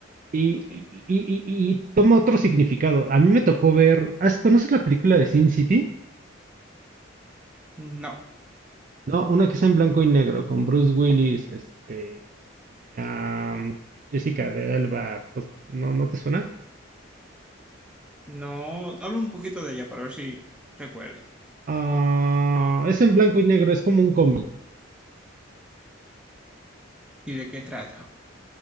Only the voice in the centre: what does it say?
Sí.
No,
no, hablo un poquito de ella para ver si recuerdo
y de qué trata.